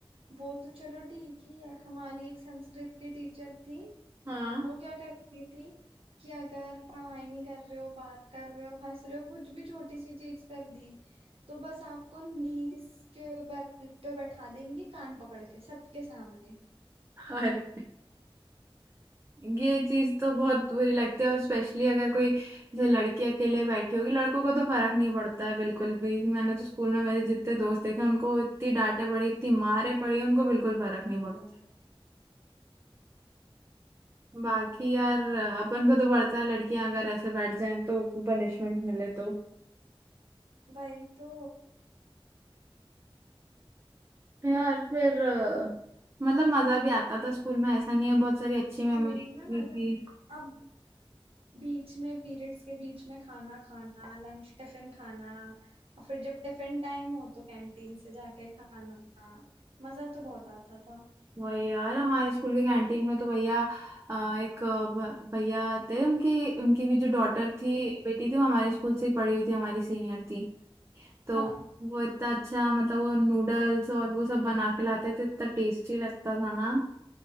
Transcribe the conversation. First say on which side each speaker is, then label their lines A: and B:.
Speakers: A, on the right; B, on the right.
A: वो तो चलो ठीक ही है हमारी एक संस्कृत की टीचर थी
B: हाँ
A: वो क्या करती थी कि अगर पढ़ाई नहीं कर रहे हो बात कर रहे हो हंस रहे हो कुछ भी छोटी सी चीज कर दी तो बस आपको नीस के बल पे बैठा देंगी कान पकड़ के सबके सामने
B: और ये चीज तो बहुत बुरी लगती है और स्पेशली अगर कोई जैसे लड़की अकेले बैठी होगी लड़कों को तो फर्क नहीं पड़ता है बिल्कुल भी मैंने तो स्कूल में मेरे जितने दोस्त देखे उनको इतनी डांटे पड़ी इतनी मारे पड़ी उनको बिल्कुल फर्क नहीं पड़ता
A: तुम
B: बाकी यार अपन को तो पड़ता है लड़कियां अगर ऐसे बैठ जाएं तो पनिशमेंट मिले तो
A: वही तो
B: यार फिर अ, मतलब मजा भी आता था स्कूल में ऐसा नहीं है बहुत सारी अच्छी
A: स्कूल
B: मेमोरीज
A: में
B: भी
A: मजा
B: थी
A: अब बीच में पीरियड्स के बीच में खाना खाना लंच टिफिन खाना और फिर जब टिफिन टाइम हो तो कैंटीन से जाके खाना मजा तो बहुत आता था
B: वही यार हमारे स्कूल की कैंटीन में तो भैया अ, एक अ, भ- भैया थे उनकी उनकी भी जो डॉटर थी
A: हम्म,
B: बेटी थी वो हमारे स्कूल से ही पढ़ी हुई थी हमारी सीनियर थी तो
A: हाँ
B: वो इतना अच्छा मतलब वो नूडल्स और वो सब बना के लाते थे इतना टेस्टी लगता था ना